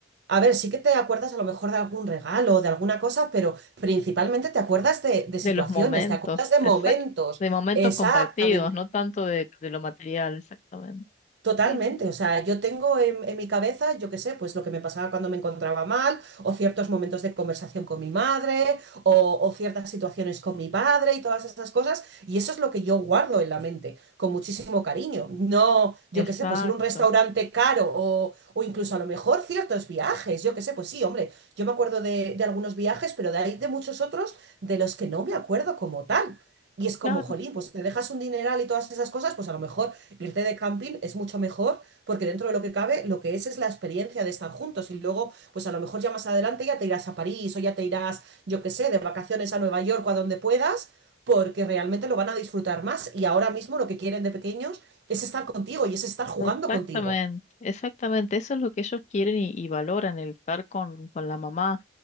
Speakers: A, on the right (about 55°); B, on the left (about 35°).
A: a ver, sí que te acuerdas a lo mejor de algún regalo o de alguna cosa, pero principalmente te acuerdas de, de situaciones,
B: de los momentos,
A: te acuerdas de
B: exacto,
A: momentos.
B: de momentos
A: Exactamente.
B: compartidos, no tanto de, de lo material, exactamente.
A: Totalmente,
B: Sí, sí,
A: o sea, yo tengo en, en mi cabeza, yo qué sé, pues lo que me pasaba cuando me encontraba mal, o ciertos momentos de conversación con mi madre, o, o ciertas situaciones con mi padre y todas esas cosas, y eso es lo que yo guardo en la mente, con muchísimo cariño. No, yo
B: exacto,
A: qué sé, pues ir a un restaurante caro, o, o incluso a lo mejor ciertos viajes, yo qué sé, pues sí, hombre, yo me acuerdo de, de algunos viajes, pero de ahí de muchos otros de los que no me acuerdo como tal. Y es como,
B: claro.
A: jolín, pues te dejas un dineral y todas esas cosas, pues a lo mejor Irte de camping es mucho mejor porque dentro de lo que cabe, lo que es es la experiencia de estar juntos y luego, pues a lo mejor ya más adelante ya te irás a París o ya te irás, yo qué sé, de vacaciones a Nueva York o a donde puedas, porque realmente lo van a disfrutar más y ahora mismo lo que quieren de pequeños es estar contigo y es estar jugando
B: Exactamente,
A: contigo.
B: exactamente. Eso es lo que ellos quieren y, y valoran, el estar con, con la mamá.